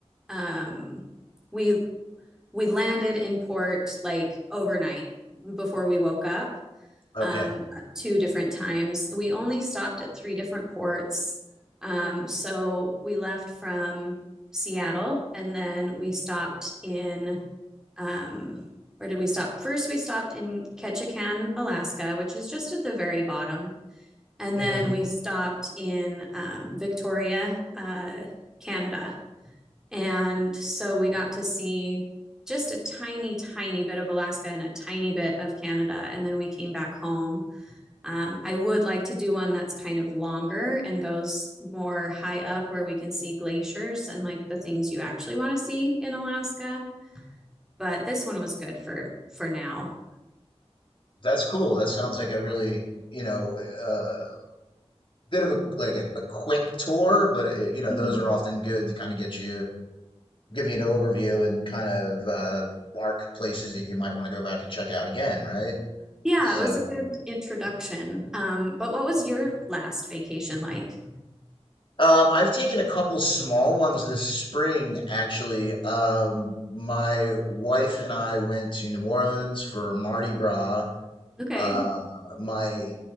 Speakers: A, in the centre; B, on the left.
A: um we we landed in port like overnight before we woke up
B: Okay.
A: um two different times. We only stopped at three different ports. Um so we left from Seattle and then we stopped in um where did we stop? First we stopped in Ketchikan, Alaska, which is just at the very bottom. And
B: hmm
A: then we stopped in um, Victoria, uh, Canada. And so we got to see just a tiny, tiny bit of Alaska and a tiny bit of Canada. And then we came back home. Um, I would like to do one that's kind of longer and goes more high up where we can see glaciers and like the things you actually want to see in Alaska. But this one was good for for now.
B: That's cool. That sounds like a really, you know, uh bit of a like a, a quick tour, but uh you know,
A: Mhm.
B: those are often good to kind of get you give you an overview and kind of uh, mark places that you might want to go back and check out again, right?
A: Yeah,
B: So,
A: it was a good introduction. Um, but what was your last vacation like?
B: um, I've taken a couple small ones this spring, actually. Um, my wife and I went to New Orleans for Mardi Gras.
A: Okay.
B: Uh, my